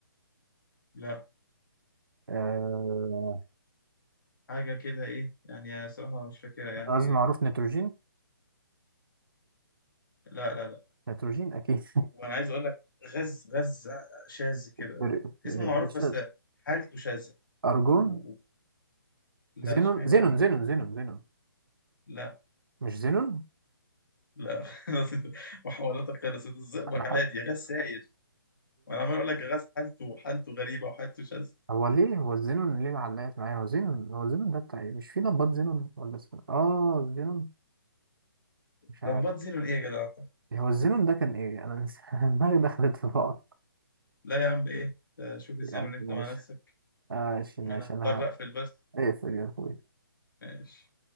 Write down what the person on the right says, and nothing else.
آه.
غاز معروف نيتروجين
نيتروجين أكيد
فريق فريق
الشاذ
أرجون
زينون
زينون
زينون زينون زينون
مش زينون
أنا حق...
هو ليه هو الزينون ليه معلقت معايا هو زينون هو زينون ده بتاع إيه مش في نبات زينون ولا اسمه آه زينون مش عارف
هو الزينون ده كان إيه أنا نس- <laughs> دماغي دخلت في بعض
يا عم
ماشي
ماشي ماشي
أنا
هقفل يا أخوي